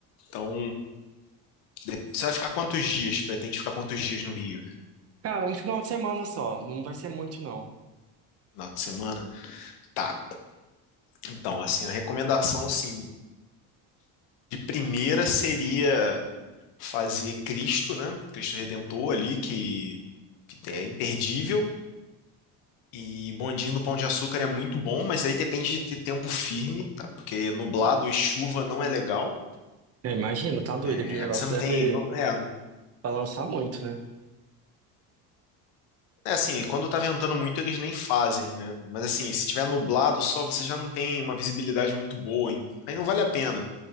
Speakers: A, on the left; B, on the right.
A: então, de- você vai ficar quantos dias? Pretende ficar quantos dias no Rio?
B: Cara, um final de semana só, não vai ser muito não.
A: Final de semana? Tá, então, assim, a recomendação, assim, de primeira seria fazer Cristo, né? Cristo Redentor ali, que, que é imperdível. E bondinho do Pão de Açúcar é muito bom, mas aí depende de ter tempo firme, tá? Porque nublado e chuva não é legal.
B: Eu imagino, tá doido,
A: É,
B: aquele negócio
A: você não
B: deve
A: tem. não- é,
B: balançar muito, né?
A: é assim, quando tá ventando muito, eles nem fazem, né? Mas assim, se tiver nublado só, você já não tem uma visibilidade muito boa, hein? Aí não vale a pena. né?